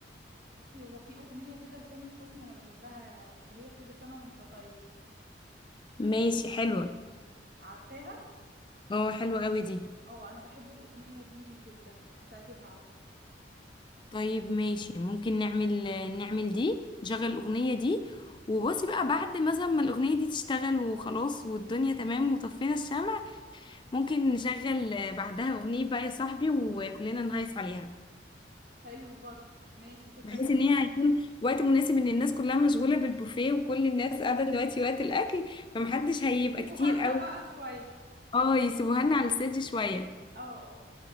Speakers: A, on the right; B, on the left.
A: بصي هو في اغنيه كده لتامر حسني انا بحبها اللي هي كل سنه وانت طيب
B: ماشي حلوة
A: عارفاها
B: اه حلوة قوي دي
A: اه انا بحب الاغنيه دي جدا هتعجبها على فكره
B: طيب ماشي ممكن نعمل نعمل دي نشغل الأغنية دي وبصي بقى بعد مثلا ما الأغنية دي تشتغل وخلاص والدنيا تمام وطفينا الشمع ممكن نشغل بعدها أغنية بقى يا صاحبي وكلنا نهيص عليها
A: حلو برضه ماشي فكره
B: بحيث
A: جميله
B: ان هي هيكون وقت مناسب ان الناس كلها مشغولة بالبوفيه وكل الناس قاعدة دلوقتي وقت الأكل فمحدش هيبقى
A: يسيبوها
B: كتير قوي
A: لنا بقى شويه
B: اه يسيبوها لنا على السيج شوية
A: اه اه